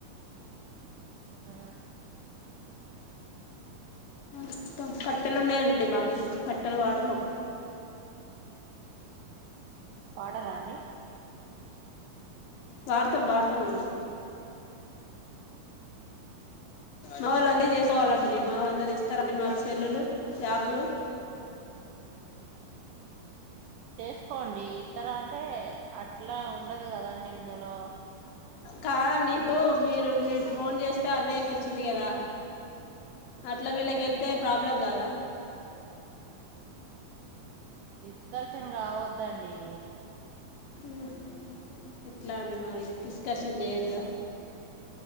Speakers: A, on the right; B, on the left.
A: ఆ
B: కట్ట కట్టెలు ఉన్నాయండి బాబు కట్టెలు వాడహం
A: వాడరా అండి
B: వాడతాం వాడతాం అండి మా వాళ్ళ అందరూ చేసుకోవాల
A: ఆహా
B: అండి మా వాళ్ అందరు ఇస్తారండి మా సెల్లులు షాపులు
A: చేసుకోండి ఇతర అంటే అట్లా ఉండదు కదండి ఇందులో
B: కాదండీ ఇప్పుడు మీరు మీ ఫోన్ చేస్తే అన్నయ్యకి వచ్చింది కదా అట్లా వీళ్ళకి వెళ్తే ప్రాబ్లం కాదా
A: డిస్కర్షన్ కావద్దండి
B: మ్మ్ హ్మ్ ఎట్లా అండి మరి డిస్కషన్ చేయొద్దా